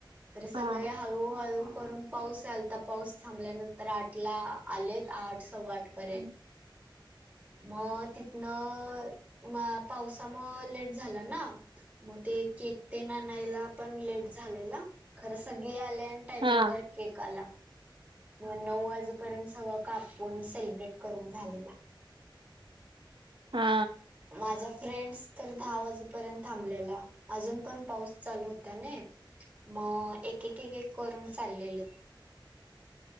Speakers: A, on the right; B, on the right.
A: तर सगळ्या
B: हा
A: हळूहळू करून पाऊस यालता पाऊस थांबल्यानंतर आठला आलेत आठ सव्वा आठ परेंत
B: हा.
A: मग तिथून न म पावसामुळं लेट झाला ना मग ते केक तेन आणायला पण लेट झालेला खरं सगळे आले अन
B: हा
A: टाइमिंग वर केक आला मग नऊ वाजेपर्यंत सगळं कापून सेलिब्रेट करून झालेला.
B: हा
A: माझ्या फ्रेंड्स तर दहा वाजेपर्यंत थांबलेला अजून पण पाऊस चालू होता नाही? मग एक एक एक एक करून चाललेले.